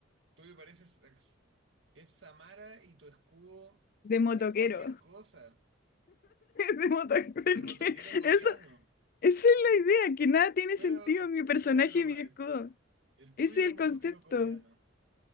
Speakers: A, on the right (about 65°); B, on the left (about 45°).
A: Tú me pareces ex- es Samara y tu escudo
B: De motoquero.
A: es cualquier cosa
B: Decimos tal cual
A: de
B: que
A: motoquero coreano.
B: eso, esa es la idea, que nada tiene
A: Fuera,
B: sentido en mi personaje
A: fuera de broma,
B: y mi escudo.
A: el, el
B: Ese
A: tuyo
B: es
A: es un
B: el
A: motoquero
B: concepto.
A: coreano.